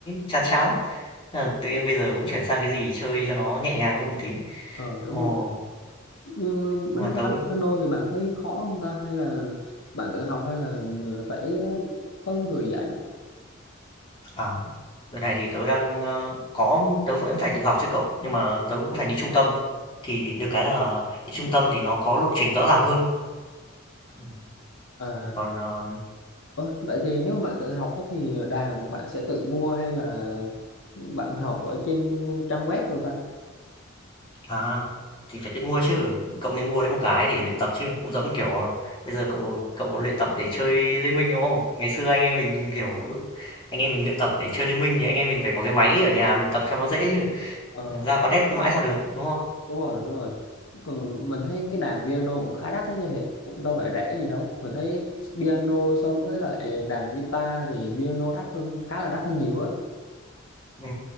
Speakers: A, on the left (about 25°); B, on the left (about 75°).
A: chán chán, thế
B: ừ,
A: là tự nhiên bây giờ cũng chuyển sang cái gì chơi cho nó nhẹ nhàng hơn một tí.
B: ờ, đúng
A: Ồ,
B: rồi Như
A: nhưng
B: bánh
A: mà tớ
B: bánh
A: cũng
B: piano thì bạn thấy khó không ta hay là bạn tự học hay là phải có người dạy
A: à, đợt này thì tớ đang, ơ, có tớ vẫn phải tự học chứ cậu, nhưng mà tớ cũng phải đi trung tâm, thì được cái là đi trung tâm thì nó có lộ trình rõ ràng hơn. Ừm,
B: à
A: còn, ờ
B: ơ, vậy thì nếu mà bạn tự học á thì đàn bạn sẽ tự mua hay là bạn học ở trên trang web rồi ta
A: À, thì phải tự mua chứ, cậu nên mua lấy một cái để luyện tập chứ, cũng giống kiểu à, bây giờ cậu cậu luyện tập để chơi Liên Minh đúng không? Ngày xưa anh em mình kiểu anh em mình luyện tập để chơi Liên Minh thì anh em mình phải có cái máy ở nhà luyện tập cho nó dễ chứ,
B: ờ
A: ra quán net mãi sao được đúng không?
B: đúng rồi đúng rồi còn mình thấy cái đàn piano cũng khá đắt ấy chứ hề cũng đâu phải rẻ gì đâu mình thấy piano so với lại đàn guitar thì piano đắt hơn khá là đắt hơn nhiều á
A: Ừ